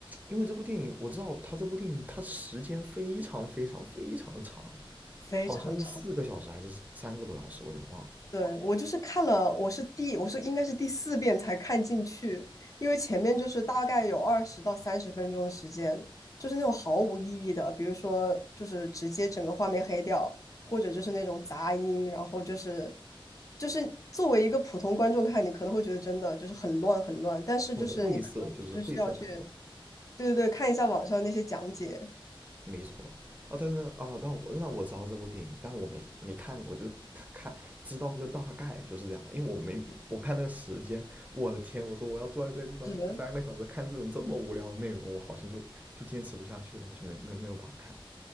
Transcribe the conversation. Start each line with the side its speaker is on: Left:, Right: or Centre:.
Right: 因为这部电影我知道他这部电影它时间非常非常非常长，
Left: 非常长。
Right: 好像是四个小时还是三个多小时，我有点忘了，
Left: 对，我就是看了，我是第，我是应该是第四遍才看进去，因为前面就是大概有二十到三十分钟的时间，就是那种毫无意义的，比如说就是直接整个画面黑掉，或者就是那种杂音，然后就是就是作为一个普通观众看，你可能会觉得真的就是很乱很乱，但是就是你可能就是需要去，
Right: 很晦涩，就是晦涩难懂。
Left: 对对对，看一下网上那些讲解，
Right: 没错。啊，但是哦，那我那我知道这部电影，但我没没看过，就他看知道个大概就是这样，因为我没我看那个时间，我的天，我说我要坐在这个地方三个小时看这种这么无聊的内容，
Left: 是
Right: 我好像就就坚持不下去了，我就没没没有把它看。